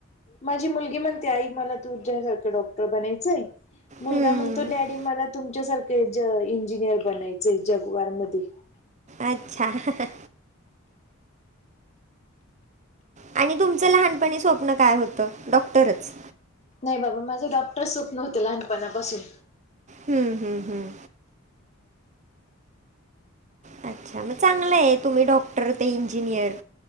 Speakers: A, on the left; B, on the right.
A: माझी मुलगी म्हणते आई मला तुझ्यासारखं डॉक्टर बनायचंय. मुलगा
B: हम्म
A: म्हणतो डॅडी मला तुमच्यासारखं इंजिनियर बनायचंय जगवार मध्ये.
B: अच्छा हा हा. आणि तुमचं लहानपणी स्वप्न काय होतं डॉक्टरच?
A: नाही बाबा माझं डॉक्टर स्वप्नव होतं लहानपणापासून.
B: हम्म हम्म हम्म. अच्छा मग चांगलं आहे तुम्ही डॉक्टर ते इंजिनियर.